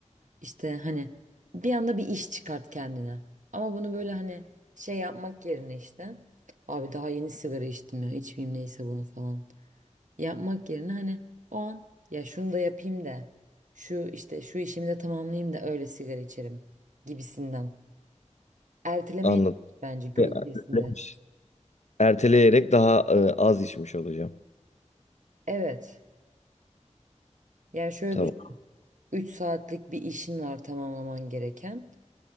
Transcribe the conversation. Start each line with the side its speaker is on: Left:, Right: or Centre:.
Right: İşte hani bir anda bir iş çıkart kendine. Ama bunu böyle hani şey yapmak yerine işte. Abi daha yeni sigara içtim ya içmeyeyim neyse bunu falan yapmak yerine hani o an ya şunu da yapayım da şu işte şu işimi de tamamlayayım da öyle sigara içerim gibisinden. Ertelemeye
Left: Anladım.
Right: çalış bence gün
Left: E, ertelemiş.
Right: içerisinde.
Left: Erteleyerek daha e, az içmiş olacağım.
Right: Evet. Yani şöyle
Left: Tamam.
Right: düşün. üç saatlik bir işin var tamamlaman gereken.